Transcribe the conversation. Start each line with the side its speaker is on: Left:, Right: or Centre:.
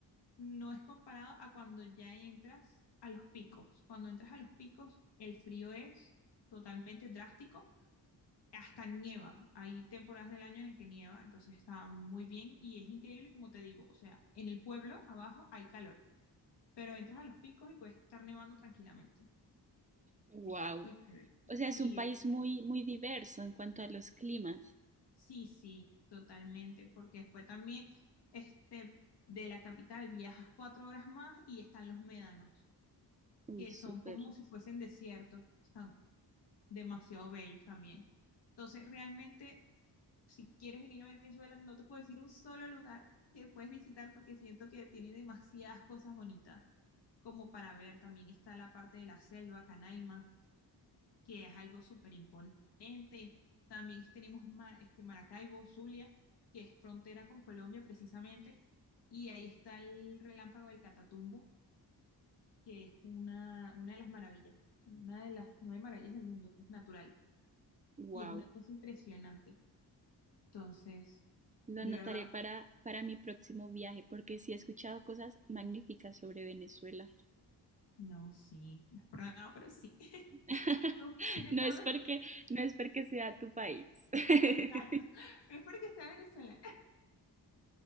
Left: no es comparado a cuando ya entras a los picos. Cuando entras a los picos, el frío es totalmente drástico. Hasta nieva. Hay temporadas del año en el que nieva, entonces está muy bien y es increíble como te digo. O sea, en el pueblo abajo hay calor pero entras a los picos y puede estar nevando tranquilamente.
Right: Wow.
Left: Es muy chévere.
Right: O
Left: Ok. Sí,
Right: sea, es un país muy, muy diverso en cuanto a los climas.
Left: sí, sí, totalmente, porque después también este, de la capital viajas cuatro horas más y están los médanos,
Right: Uy,
Left: que
Right: súper.
Left: son como si fuesen desiertos, están demasiado bellos también. Entonces, realmente, si quieres venir a Venezuela, no te puedo decir un solo lugar que puedes visitar porque siento que tiene demasiadas cosas bonitas como para ver. También está la parte de la selva, Canaima. que es algo súper imponente. También tenemos Mar- este Maracaibo, Zulia, que es frontera con Colombia precisamente, y ahí está el relámpago del Catatumbo, que es una, una de las maravillas, una de las nueve maravillas del mundo naturales,
Right: Wow.
Left: y es una cosa impresionante. Entonces,
Right: Lo
Left: de
Right: anotaré
Left: verdad,
Right: para, para mi próximo viaje, porque sí he escuchado cosas magníficas sobre Venezuela.
Left: no, sí, no es por nada, pero sí. <laughs>
Right: <laughs>
Left: Completamente.
Right: No es porque, no es porque sea tu país. <laughs>
Left: Exacto. No es porque sea venezolano.